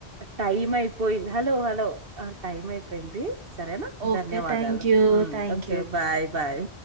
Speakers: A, on the right (about 60°); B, on the right (about 85°).
A: టైం అయిపోయింది హలో హలో ఆ టైం అయిపోయింది సరేనా
B: ఓకే.
A: ధన్యవాదాలు
B: thank you. Thank
A: okay
B: you.
A: Bye bye